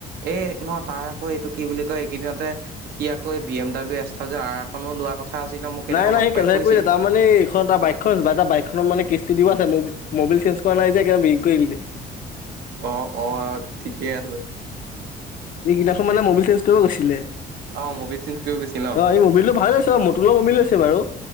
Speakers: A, on the right; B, on the left.
A: এই ন তাৰ আকৌ এইটো কি বুলি এইকেইদিনতে সি আকৈ B M W S thousand আৰখনো লোৱা কথা। আছিলে মোক সেইদিনাখন
B: নাই নাই
A: লগ
B: সি
A: পাই
B: কেথ
A: কৈছিল
B: কৰিছে তাৰমান এইখন এটা বাইকখন আা এটা বাইকখননৰ মানে কিস্তি দিব। মোবাইল চেঞ্জ কৰা নাই যে ভেৰি কৰিলে,
A: অ অ ঠিকেই আছে।
B: এই কেইনাখন মানে মবাইল চেঞ্জ কৰিব গৈছিলে।
A: অ মবিল চেঞ্জ কৰিব গৈছিল ন
B: অ এই মবিলটো ভাল লছে মট অলপ মবিল আছে বাৰু।